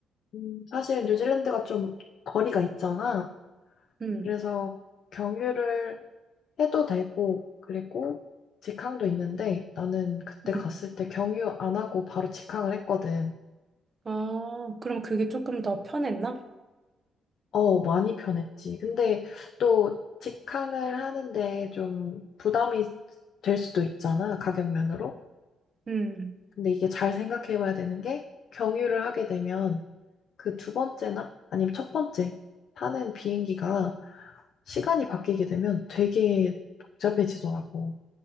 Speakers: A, on the left; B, on the right.
A: 음, 사실 뉴질랜드가 좀 거리가 있잖아.
B: 음,
A: 그래서 경유를 해도 되고, 그리고 직항도 있는데 나는 그때
B: 음.
A: 갔을 때 경유 안 하고 바로 직항을 했거든.
B: 아, 그럼 그게 조금 더 편했나?
A: 어, 많이 편했지. 근데 또 직항을 하는데 좀 부담이 될 수도 있잖아. 가격면으로.
B: 음.
A: 근데 이게 잘 생각해 봐야 되는 게 경유를 하게 되면 그 두 번째나 아니면 첫 번째 타는 비행기가 시간이 바뀌게 되면 되게 복잡해지더라고.